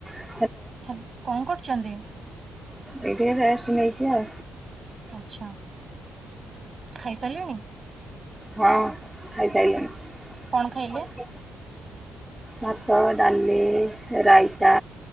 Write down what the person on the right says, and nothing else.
ହ୍ୟାଲୋ କଣ କରୁଛନ୍ତି?
ଆଛା ଖାଇସାରିଲେନି?
କଣ ଖାଇଲେ?